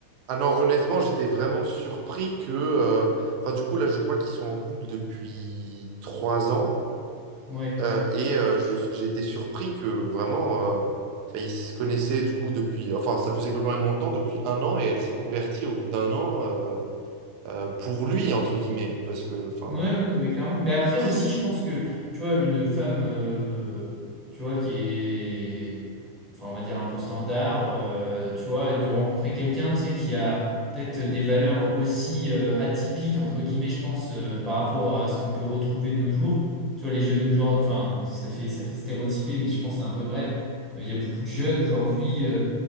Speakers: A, on the right; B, on the right.
A: Ah non, honnêtement, j'étais vraiment surpris que. euh, Enfin, du coup, là, je crois qu'ils sont en couple depuis trois ans.
B: Ouais.
A: Euh, et euh, je- j'ai été surpris que vraiment, euh, enfin, ils se connaissaient du coup depuis, enfin, ça faisait quand même longtemps, depuis un an, et elle s'est convertie au bout d'un an euh, euh, pour lui, entre guillemets, parce que, enfin,
B: Ouais, ouais, non, mais clairement. Mais après
A: c'est.
B: aussi, je pense que, tu vois, une femme, euh, tu vois, qui est, enfin, on va dire un peu standard, euh, tu vois, de rencontrer quelqu'un, tu sais, qui a peut-être des valeurs aussi euh, atypiques, entre guillemets, je pense, euh, par rapport à ce qu'on peut retrouver de nos jours. Tu vois, les jeunes d'aujourd'hui, enfin, ça fait, ça fait stéréotyper, mais je pense que c'est un peu vrai. Euh, Il y a beaucoup de jeunes aujourd'hui euh,